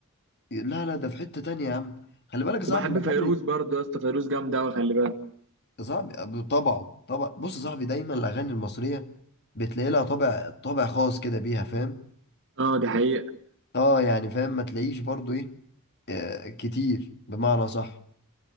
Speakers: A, on the left (about 50°); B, on the right (about 60°).
A: لا لا ده في حتة تانية يا عم خلي بالك يا صاحبي
B: وبحب
A: الاغاني
B: فيروز برضه يا اسطى فيروز جامده قوي خلي بالك
A: يا صاحبي طبعا طبعا بص يا صاحبي دايما الاغاني المصرية بتلاقي لها طابع طابع خاص كده بيها فاهم
B: اه دي حقيقه
A: اه يعني فاهم ما تلاقيش برضو ايه آه، كتير بمعنى صح